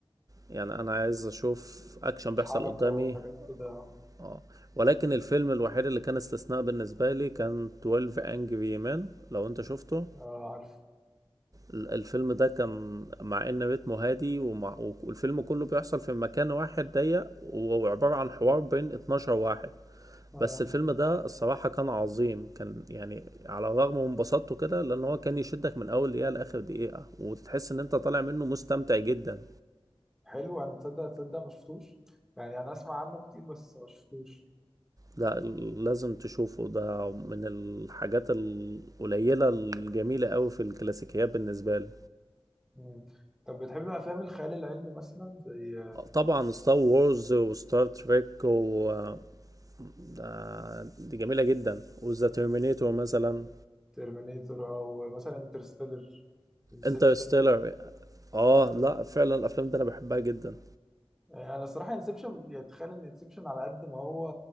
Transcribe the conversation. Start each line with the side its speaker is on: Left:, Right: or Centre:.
Right: يعني أنا عايز أشوف أكشن
Centre: حركة
Right: بيحصل قدامي
Centre: وحاجات كده
Right: اه ولكن الفيلم الوحيد اللي كان استثناء بالنسبة لي كان 12 Angry Men لو أنت شفته
Centre: آه عارف
Right: ال- الفيلم ده كان مع ان رتمه هادي ومع والفيلم كله بيحصل في مكان واحد ضيق وهو عبارة عن حوار بين 12 واحد
Centre: آه
Right: بس الفيلم ده الصراحة كان عظيم كان يعني على الرغم من بساطته كده لأن هو كان يشدك من أول دقيقة لآخر دقيقة وتحس إن أنت طالع منه مستمتع جدا
Centre: حلو أنا تصدق تصدق ما شفتوش يعني أنا أسمع عنه كتير بس ما شفتوش
Right: لا ال- لازم تشوفه ده من الحاجات القليلة الجميلة أوي في الكلاسيكيات بالنسبة لي
Centre: مم. طب بتحب أفلام الخيال العلمي مثلا زي
Right: طبعا ستار وورز وستار تريك و ده دي جميلة جدا وذا ترمينيتور
Centre: آه،
Right: مثلا
Centre: ترمينيتور او مثلا انترستيلر انسبشن
Right: انترستيلر اه لا فعلا الافلام دي انا بحبها جدا
Centre: يعني انا الصراحه انسبشن يعني تخيل ان انسبشن على قد ما هو